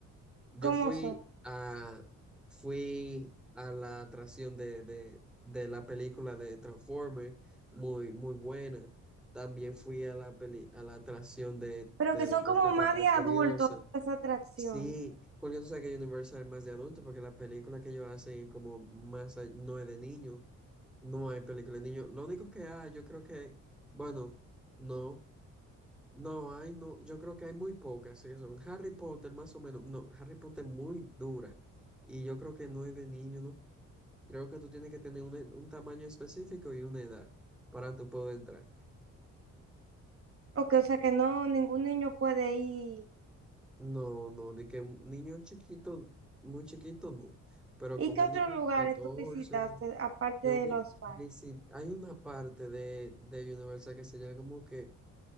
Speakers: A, in the centre; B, on the right.
A: Yo
B: ¿Cómo
A: fui
B: son?
A: a, fui a la atracción de, de, de la película de Transformers, muy, muy buena. También fui a la peli, a la atracción de,
B: Pero
A: de
B: que
A: donde
B: son como
A: está
B: más
A: Rápida
B: de
A: y Furiosa.
B: adultos las atracciones.
A: Sí, porque tú sabes que Universal es más de adulto, porque las películas que ellos hacen como más, a- no es de niños. No hay película de niños. Lo único que hay, yo creo que, bueno, no. No, hay no, yo creo que hay muy pocas, sí, son Harry Potter más o menos. No, Harry Potter es muy dura. Y yo creo que no es de niño, ¿no? Creo que tú tienes que tener un, un tamaño específico y una edad para tú poder entrar.
B: Ok, o sea que no, ningún niño puede ir.
A: No, no, de que un niño chiquito, muy chiquito, no. Pero
B: ¿Y
A: como
B: qué otros
A: un niño
B: lugares
A: de 14,
B: tú visitaste aparte
A: yo
B: de
A: vi,
B: los parques?
A: visit- hay una parte de, de Universal que se llama como que